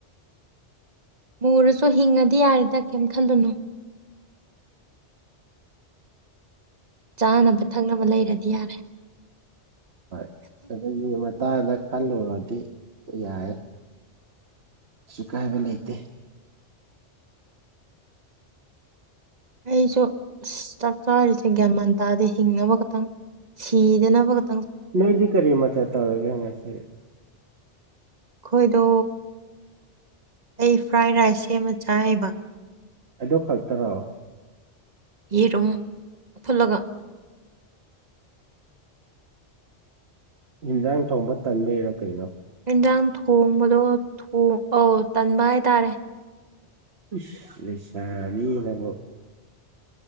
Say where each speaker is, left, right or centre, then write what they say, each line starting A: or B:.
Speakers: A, on the right; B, on the right.
A: ꯃꯨꯔꯁꯨ ꯍꯤꯡꯉꯗꯤ ꯌꯥꯔꯦꯗ ꯀꯩꯝ ꯈꯜꯂꯨꯅꯨ ꯆꯥꯅꯕ ꯊꯛꯅꯕ ꯂꯩꯔꯗꯤ ꯌꯥꯔꯦ
B: ꯍꯣꯏ ꯑꯗꯨꯒꯤ ꯃꯇꯥꯡꯗ ꯈꯜꯂꯨꯔꯗꯤ ꯌꯥꯏ ꯀꯩꯁꯨ ꯀꯥꯏꯕ ꯂꯩꯇꯦ
A: ꯑꯩꯁꯨ ꯆꯥꯛ ꯆꯥꯔꯤꯁꯦ ꯒ꯭ꯌꯥꯟ ꯃꯥꯟ ꯇꯥꯗꯦ ꯍꯤꯡꯅꯕ ꯈꯛꯇꯪ ꯁꯤꯗꯅꯕ ꯈ
B: ꯅꯣꯏꯗꯤ ꯀꯔꯤ ꯃꯊꯦꯜ ꯇꯧꯔꯒꯦ ꯉꯁꯤ
A: ꯑꯩꯈꯣꯏꯗꯣ ꯑꯩ ꯐ꯭ꯔꯥꯏ ꯔꯥꯏꯁ ꯁꯦꯝꯃ ꯆꯥꯏꯕ
B: ꯑꯗꯨ ꯈꯛꯇꯔꯣ
A: ꯌꯦꯔꯨꯝ ꯐꯨꯠꯂꯒ
B: ꯌꯦꯟꯖꯥꯡ ꯊꯣꯡꯕ ꯇꯟꯕꯩꯔꯣ ꯀꯩꯅꯣ
A: ꯢꯟꯖꯥꯡ ꯊꯣꯡꯕꯗꯣ ꯊꯣꯡ ꯑꯥꯎ ꯇꯟꯕ ꯍꯥꯏꯇꯥꯔꯦ
B: ꯢꯁ ꯂꯩꯁꯥꯕꯤꯅꯕꯨ